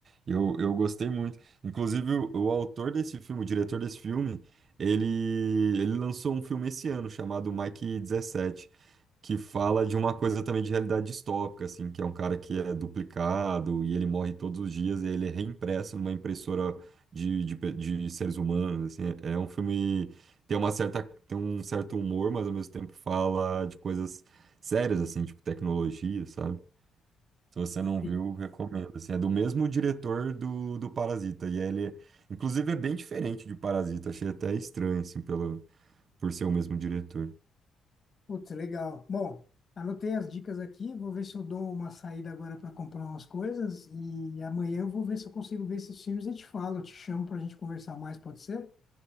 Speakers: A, on the right; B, on the left.
A: Eu, eu gostei muito. Inclusive, o, o autor desse filme, o diretor desse filme, ele, ele lançou um filme esse ano chamado Mike 17, que fala de uma coisa também de realidade distópica, assim, que é um cara que é duplicado e ele morre todos os dias e ele é reimpresso numa impressora de, de, pe- de seres humanos, assim. É é um filme tem uma certa, tem um certo humor, mas ao mesmo tempo fala de coisas sérias, assim, tipo tecnologia, sabe? Se você não
B: E,
A: viu, recomendo. Assim, é do mesmo diretor do, do Parasita. E ele, inclusive, é bem diferente de Parasita. Achei até estranho, assim, pelo, por ser o mesmo diretor.
B: Putz, legal. Bom, anotei as dicas aqui, vou ver se eu dou uma saída agora para comprar umas coisas e amanhã eu vou ver se eu consigo ver esses filmes e te falo, eu te chamo para a gente conversar mais, pode ser?